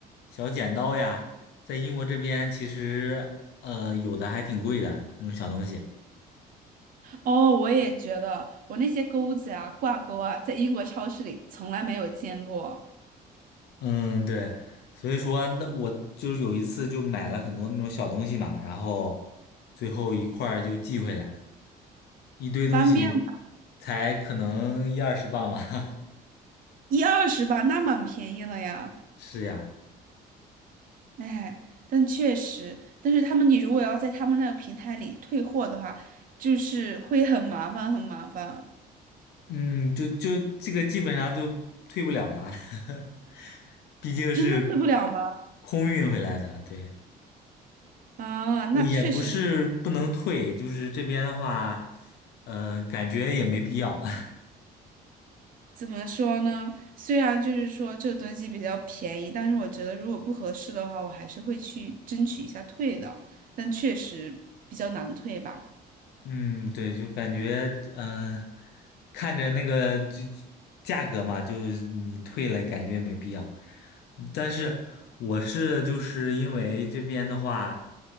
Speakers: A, on the left (about 75°); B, on the right (about 55°).
A: 小剪刀呀，在英国这边其实呃有的还挺贵的那种小东西。
B: 哦，我也觉得，我那些钩子啊、挂钩啊，在英国超市里从来没有见过，
A: 嗯，对，所以说那我就是有一次就买了很多那种小东西嘛，然后最后一块儿就寄回来，一堆东西
B: 方便吧，
A: 才可能一二十磅吧。<laughs>
B: 一二十吧，那蛮便宜了呀。
A: 是呀，
B: 哎，但确实，但是他们你如果要在他们那个平台里退货的话，就是会很麻烦，很麻烦。
A: 嗯，就就这个基本上就退不了了。<laughs> 毕竟是
B: 真的退不了吗？
A: 空运回来的，对，
B: 啊，那确实，
A: 呃也不是不能退，就是这边的话，嗯、感觉也没必要。<laughs>
B: 怎么说呢？虽然就是说这个东西比较便宜，但是我觉得如果不合适的话，我还是会去争取一下退的。但确实比较难退吧。
A: 嗯，对，就感觉嗯、呃看着那个就价格嘛，就你退了，感觉也没必要。但是我是就是因为这边的话，